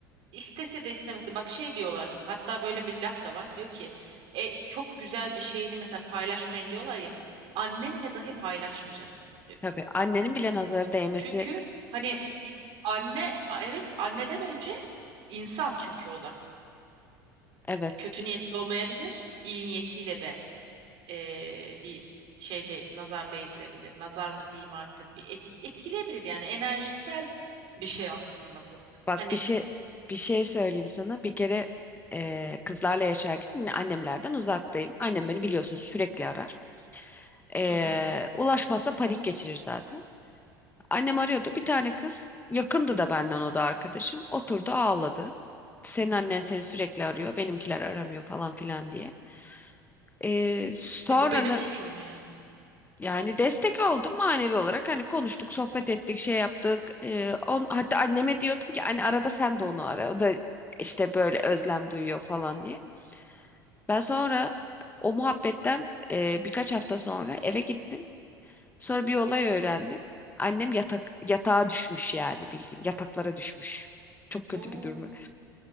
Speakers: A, on the right; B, on the left.
A: İstese de istemese. Bak şey diyorlar. Hatta böyle bir laf da var. Diyor ki e, çok güzel bir şeyini mesela paylaşmayın diyorlar ya. Annenle dahi paylaşmayacaksın diyor.
B: Tabii annenin bile nazarı değmesi.
A: Çünkü hani i- anne evet anneden önce insan çünkü o da.
B: Evet.
A: kötü niyetli olmayabilir. iyi niyetiyle de eee, bir şeyde nazar değdirebilir. Nazar mı diyeyim artık bir etki, etkileyebilir yani enerjisel bir şey aslında bu.
B: Bak
A: Hani
B: bir şey bir şey söyleyeyim sana. Bir kere eee, kızlarla yaşarken yine annemlerden uzaktayım. Annem beni biliyorsun sürekli arar. Eee
A: hı hı.
B: ulaşmazsa panik geçirir zaten. Annem arıyordu. Bir tane kız yakındı da benden o da arkadaşım. Oturdu ağladı. Senin annen seni sürekli arıyor. Benimkiler aramıyor falan filan diye. Ee, sonra
A: E, bu benim
B: da
A: suçum mu yani?
B: yani destek
A: Allah.
B: oldum manevi olarak. Hani konuştuk, sohbet ettik, şey yaptık. Ee, on, hatta anneme diyordum ki hani arada sen de onu ara. O da işte böyle özlem duyuyor falan diye. Ben sonra o muhabbetten e, birkaç hafta sonra eve gittim. Sonra bir olay öğrendim. Annem yatak yatağa düşmüş yani bildiğin yataklara düşmüş. Çok kötü
A: Oo,
B: bir durumu.